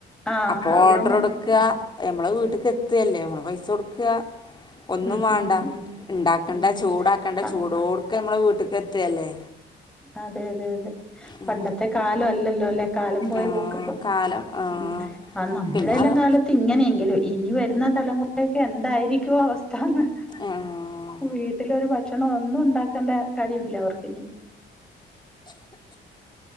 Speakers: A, in the centre; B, on the left.
A: ആ
B: അപ്പൊ
A: അത്
B: ഓർഡർ
A: തന്നെ
B: കൊടുക്കുക
A: ഉം
B: നമ്മളെ വീട്ടക്ക് എത്തയല്ലേ നമ്മൾ പൈസ കൊടുക്കുക ഒന്നും
A: ഉം
B: വേണ്ട
A: ഉം ഉം
B: ഉണ്ടാക്കണ്ട
A: ഉം ഉം
B: ചൂടാക്കണ്ട
A: ആ
B: ചൂടോടക്കെ നമ്മെ വീട്ട എത്തല്ലേ
A: അതെ അതെ അതെ
B: ഉം
A: പണ്ടത്തെ കാലം അല്ലല്ലോ അല്ലെ കാലം പോയ
B: ആഹ്
A: പോക്ക് ഇപം
B: കാലം ആഹ്
A: ഉ ആ നമ്മുടെയെല്ലാം
B: പിന്നെ
A: കാലത്ത് ഇങ്ങനെയെങ്കിലും ഇനി വരുന്ന തലമുറ ക്കെ എന്തായിരിക്കും അവസ്ഥന്ന്
B: ആഹ്
A: വീട്ടിലൊരു ഭക്ഷ ഭക്ഷണം ഒന്നും ഉണ്ടാക്കേണ്ട കാര്യമില്ല അവർക്കിന